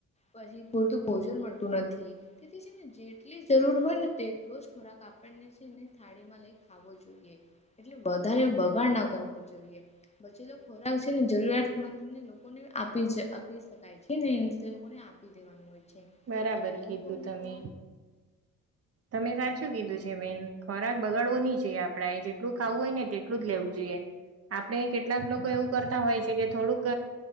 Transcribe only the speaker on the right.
બરાબર
કીધું
તમે.
તમે સાચું કીધું છે બેન, ખોરાક બગાડવો ની જોઈએ આપણે જેટલું ખાવું હોય ને તેટલું જ લેવું જોઈએ. આપણે કેટલા લોકો એવું કરતા હોય છે કે થોડુંક